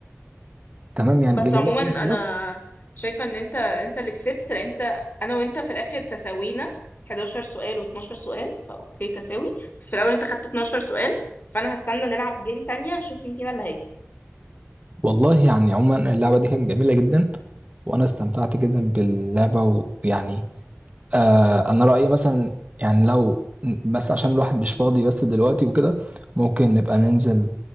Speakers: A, on the right; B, on the left.
A: تمام يعني
B: بس
A: الاجابه
B: عموما
A: كده خلاص
B: انا شايفه ان انت انت اللي كسبت لان انت انا وانت في الاخر تساوينا 11 سؤال و12 سؤال فاوكي تساوي بس في الاول انت خدت 12 سؤال فانا هستنى نلعب جيم تانية نشوف مين فينا اللي هيكسب
A: والله يعني عموما اللعبه دي كانت جميله جدا وانا استمتعت جدا باللعبه ويعني آه انا رايي مثلا يعني لو بس عشان الواحد مش فاضي بس دلوقتي وكده ممكن نبقى ننزل